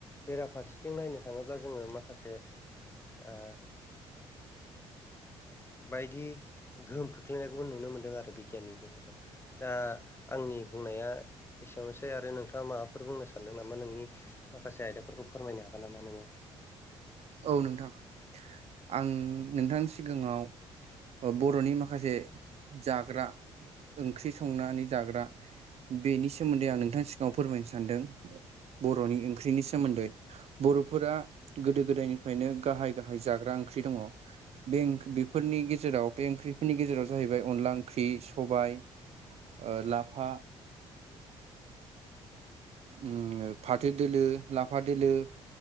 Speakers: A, on the left; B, on the right.
A: बेराफारसेथिं नायनो थाङोब्ला जोङो माखासे आ बायदि गोहोम खोख्लैनायखौबो नुनो मोनदों आरो बिगियाननि गेजेरजों दा आंनि बुंनाया एसेरावनोसै आरो नोंथाङा माबाफोर बुंनो सानदों नामा नोंनि माखासे आयदाफोरखौ फोरमायनो हागोन नामा नोङो?
B: औ नोंथां। आं नोंथांनि सिगाङाव बर'नि माखा माखासे जाग्रा ओंख्रि संनानै जाग्रा बेनि सोमोन्दै आं नोंथांनि सिगाङाव फोरमायनो सानदों। बर'नि ओंख्रिनि सोमोन्दै बर'फोरा गोदो गोदायनिफ्रायनो गाहाय गाहाय जाग्रा ओंख्रि दङ। बे ओंख्रि फोरनि गेजेराव बे ओंख्रिफोरनि गेजेराव जाहैबाय अनला ओंख्रि सबाय ओ लाफा उम फाथो दोलो आफा दोलो